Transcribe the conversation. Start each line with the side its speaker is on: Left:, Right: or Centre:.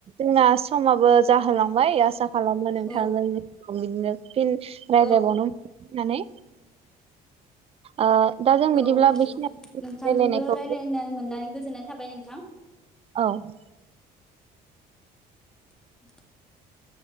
Right: जोंना समाबो जाहोलांबाय आसा खालामो नोंथां
Centre: औ
Right: बिदिनो फिन रायज्लायबावनो
Centre: औ
Right: <unintelligible> होननानै ओ दा जों बिदिब्ला
Centre: औ औ
Right: बेखिनि
Centre: नोंथांजोंबो
Right: रायलायनायखौ
Centre: राय्लायनो मोननानै गोजोननाय थाबाय नोंथां ।
Right: औ ।
Centre: औ